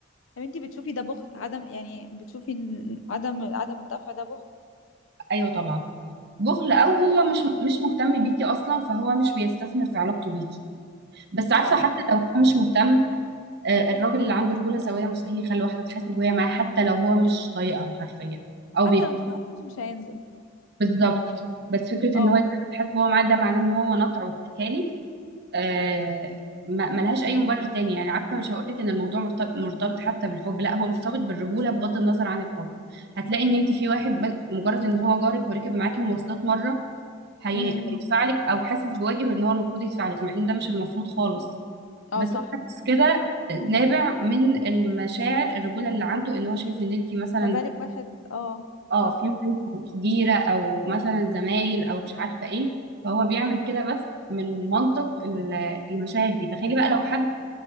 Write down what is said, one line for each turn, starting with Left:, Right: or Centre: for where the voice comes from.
Left: طب انت بتشوفي ده بخل عدم يعني بتشوفي ان عدم عدم الدفع ده بخل
Right: ايوه طبعا بخل او هو مش مش مهتم بيكي اصلا فهو مش بيستثمر في علاقته بيكي بس عارفه
Left: صح
Right: حتى لو هو مش مهتم آه، الراجل اللي عنده رجوله سويه مستحيل يخلي واحده تحاسب وهي معاه حتى لو هو مش طايقها حرفيا او
Left: حتى
Right: بيك
Left: لو مش معاه فلوس مش هينزل
Right: بالظبط بس فكره
Left: اه
Right: ان هو يسيبها تحاسب وهو معاه ده معناه ان هو نطع واتكالي آه، ما- ملهاش اي مبرر تاني يعني عارفه مش هقولك ان الموضوع مرتبط مرتبط حتى بالحب لا هو مرتبط بالرجوله بغض النظر عن الحب هتلاقي ان انت في واحد بس- مجرد ان هو جارك وركب معاكي مواصلات مره هي...
Left: امم
Right: هيدفع لك او حاسس بواجب ان هو المفروض يدفع لك مع ان ده مش المفروض خالص بس
Left: اه صح
Right: هو حاسس كده
Left: مم.
Right: نابع من المشاعر الرجوله اللي عنده ان هو شايف ان انت مثلا
Left: ما بالك واحد اه
Right: اه
Left: صح
Right: في منكم جيرة او مثلا زمايل او مش عارفة ايه فهو بيعمل كده بس من منطق ال- المشاعر دي تخيلي بقى لو حد